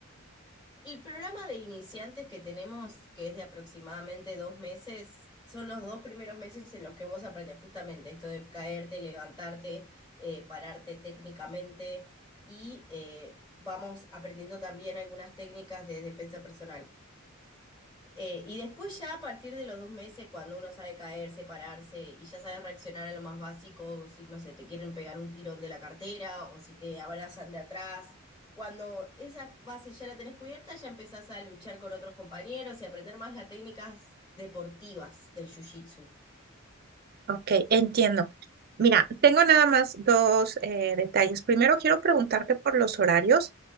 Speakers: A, on the left (about 20°); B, on the right (about 45°).
A: El programa de iniciantes que tenemos, que es de aproximadamente dos meses, son los dos primeros meses en los que vos aprendes justamente esto de caerte, levantarte, eh, pararte técnicamente y eh, vamos aprendiendo también algunas técnicas de defensa personal. Eh, y después ya a partir de los dos meses, cuando uno sabe caerse, pararse y ya sabes reaccionar a lo más básico, o si, no sé, te quieren pegar un tirón de la cartera o si te abrazan de atrás, cuando esa base ya la tenés cubierta, ya empezás a luchar con otros compañeros y aprender más las técnicas deportivas del jiu-jitsu.
B: Ok, entiendo. Mira, tengo nada más dos eh, detalles. Primero, quiero preguntarte por los horarios